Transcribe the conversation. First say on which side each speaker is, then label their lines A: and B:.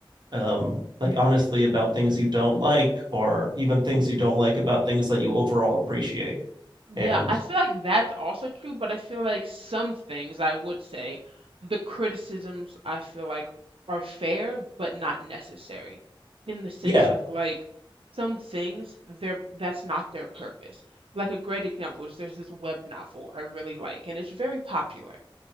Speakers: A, on the right; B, on the right.
A: um like honestly about things you don't like or even things you don't like about things that you overall appreciate
B: Yeah,
A: and
B: I feel like that's also true, but I feel like some things I would say the criticisms I feel like are fair but not necessary in the sense
A: yeah
B: of like some things they're that's not their purpose. Like a great example is there's this web novel I really like and it's very popular.